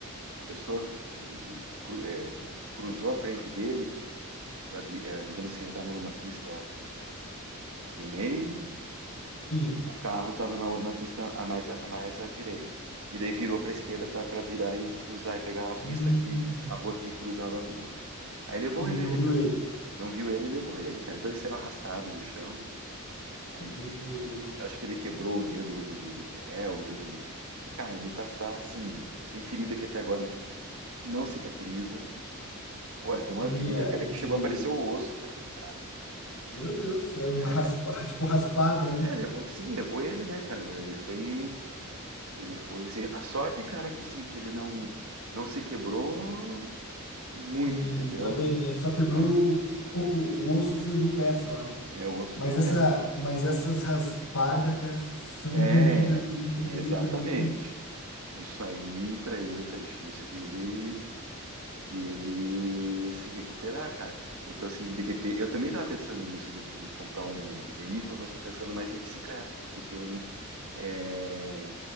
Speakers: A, on the right (about 70°); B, on the left (about 75°).
A: a pessoa que cru- é, cruzou a frente dele, pra, vi- é, digamos assim, ele estava numa pista do meio
B: Sim.
A: O carro estava na, na pista a mais, a mais à direita. E daí virou para a esquerda para virar e cruzar e pegar a pista
B: Hum,
A: que a rua que cruzava a rua, né? Aí levou
B: sim,
A: ele,
B: não viu
A: cara.
B: ele.
A: Não viu ele, levou ele, cara. Então ele saiu arrastado no chão. Aí
B: Meu Deus.
A: acho que ele quebrou o dedo do, do, do pé, o dedo do. Cara, ele tá, tá assim. Tem ferida que até agora não cicatriza. Olha, deu uma
B: Sim,
A: ferida,
B: é
A: cara,
B: é de
A: que chegou a aparecer o osso, cara, do cara.
B: Meu Deus, é uma
A: né?
B: raspa, <laughs> tipo raspada, né?
A: É, levou, sim, levou ele, né, cara? Ele ele foi. Ele foi assim, a sorte, cara, que assim, que ele não não se quebrou muito,
B: Sim,
A: entendeu?
B: ainda bem, né? Só quebrou
A: Ai,
B: o- pouco, o osso foi do pé só, né?
A: é o osso
B: Mas
A: do pé.
B: essa, mas essas raspadas, cara, são
A: É,
B: doída, doída,
A: exatamente.
B: doída, doída.
A: Isso aí pra ele tá difícil dele dele se recuperar, cara. Então assim, de repente, eu também tava pensando nisso de, de comprar um veículo, mas tô pensando mais em bicicleta, porque tem é,